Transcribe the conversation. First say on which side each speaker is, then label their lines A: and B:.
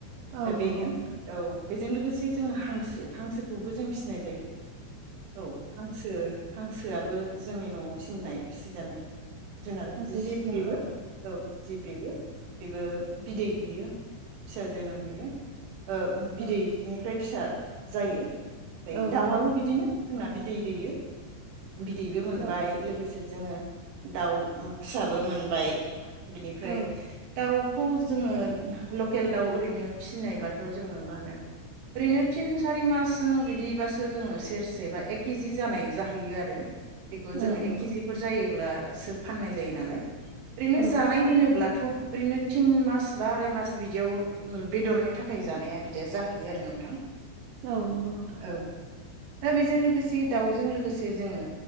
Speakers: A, on the right; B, on the right.
A: औ
B: दा बेनो
A: नंगौ नोंथां
B: औ बेजों लोगोसे जोङो हांसो हांसोखौबो जों फिसिनाय जायो। औ हांसो हांसोआबो जोंनि नआव फिनाय फिसिजानाय। जुनार
A: मासे
B: जिब
A: जुनार
B: बेबो
A: औ
B: औ जिब बेबो बिबो बिदै दैेयो फिसा जोनोम होयो। ओ बिदैनिफ्राय
A: औ
B: फिसा जायो ओमफ्राय
A: औ
B: दाउआबो
A: नंगौ
B: बिदिनो जोंना बिदै दैयो। बिदैबो मोनबाय
A: औ
B: लोगोसे जोंङो दाउ फिसाबो मोनबाय। बिनिफ्राय
A: औ
B: दाउ खौ जोङो लकेल दाउ ओरैनो फिसिनायबाथ जोंङो मा होनो ओरैनो थिन सारि मासजों बिदिबासो जोंङो सेरसे बा एक केजि जानाय जाहैयो आरो। बेखौ जोङो
A: औ नंगौ
B: एक केजिफोर जायो अब्लासो फाननाय जायो नालाय। ओरैनो
A: औ
B: जानाय होनोब्लाथ ओरैनो थिन मास बा आराय मास बिदियाव बेदरनि थाखाय जानाया बिदिया जाहैयो आरो नोंथां।
A: औ नोंगौ नोंथां।
B: औ दा बेजों लोगोसे दाउजों लोगोसे जोंङो